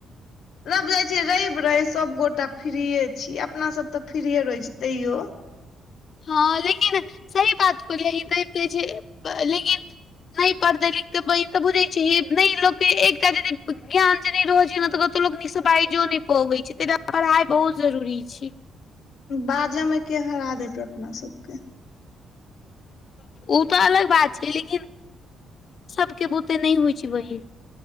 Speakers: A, on the left (about 75°); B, on the left (about 50°).
A: रबि जाइ छै रवि रव सबगोटा फ्रीे छीयै अपना सब तऽ फ्री रहै छी तैयो
B: हँ लेकिन सही बात को यी त <unintelligible> लेकिन नहि पढ़तै लिखतै बहिन तऽ बुझै छीही नहि लोक एकटा यदि ज्ञान जे नै रहै छै ने तऽ त लोकनिसँ बाजो नहि पबै छै तै दुआरे पढ़ाई बहुत जरूरी छै
A: बाजा मे के हरा देतै अपना सबके
B: ओ तऽ अलग बात छै लेकिन सबके बुते नहि होइ छै बहिन